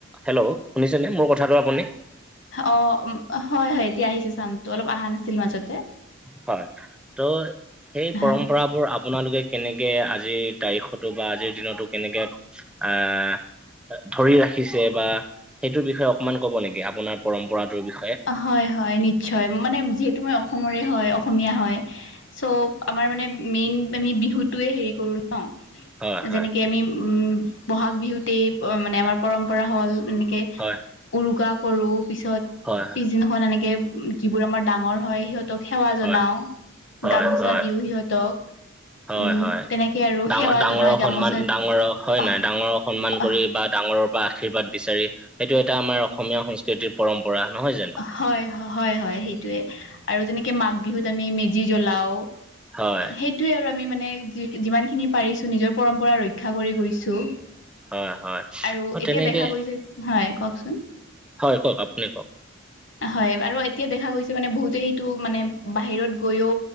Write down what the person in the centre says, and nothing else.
হেল্ল শুনিছেনে মোৰ কথাটো আপুনি?
হয়, ত সেই
পৰম্পৰাবোৰ আপোনালোকে কেনেকে আজিৰ তাৰিখতো বা আজিৰ দিনতো কেনেকে আঁ ধৰি ৰাখিছে বা সেইটোৰ বিষয়ে অকমান ক'ব নেকি, আপোনাৰ পৰম্পৰাটোৰ বিষয়ে?
হয় হয়
হয়।
হয়
হয় হয়
হয়
হয়
হয়,
ডাঙৰ
ডাঙৰক
সন্মান ডাঙৰক হয় নে
নাই, ডাঙৰক সন্মান
কৰি বা ডাঙৰৰ পৰা আশীৰ্বাদ বিচাৰি সেইটো এটা আমাৰ অসমীয়া সংস্কৃতিৰ পৰম্পৰা, নহয় জানো?
হয়
হয়, হয়।
অ' তেনেকে
হয় কওক, আপুনি কওক।